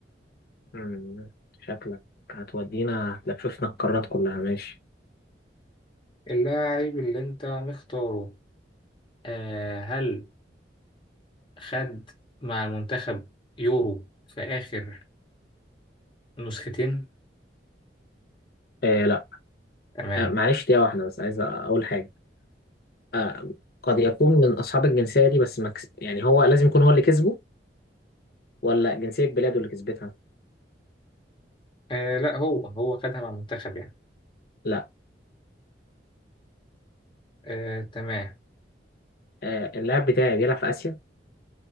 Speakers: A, on the left (about 60°); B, on the left (about 30°).
A: مم، شكلك هتودينا هتلففنا القارات كلها ماشي
B: اللاعب اللي انت مختاره آه هل خد مع المنتخب يورو في اخر نسختين
A: آه لا
B: تمام
A: آه معلش دقيقة واحدة بس عايز اقول حاجة آه قد يكون من اصحاب الجنسية دي بس مكس... يعني هو لازم يكون هو اللي كسبه ولا جنسية بلاده اللي كسبتها
B: آه لا هو هو خدها مع المنتخب يعني
A: لا
B: آه تمام
A: آه، اللاعب بتاعي بيلعب في آسيا